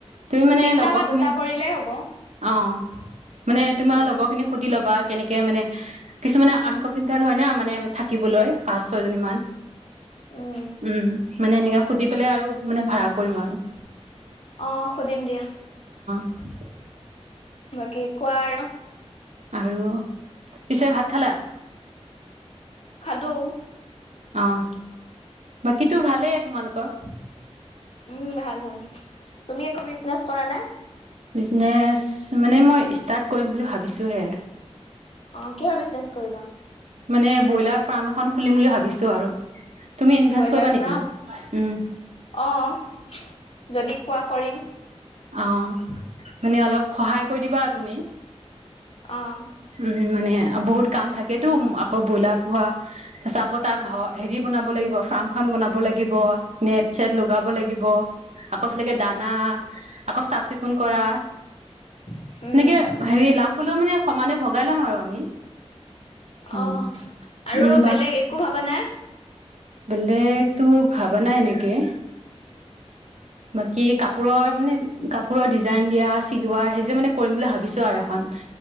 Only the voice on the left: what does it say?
তিনটা
বা দুটা
কৰিলেই হ'ব
উম।
উম
অ' সুধিম দিয়া।
বাকী কোৱা আৰু।
খালোঁ।
উম, ভাল ভাল, তুমি একো বিজনেচ কৰা না।
অ' কিহৰ বিজনেচ কৰিবা?
ব্ৰইলাৰ
ফাৰ্ম,
অ' যদি কোৱা কৰিম।
অ
উম
অ' আৰু
বেলেগ একো ভাবা নাই।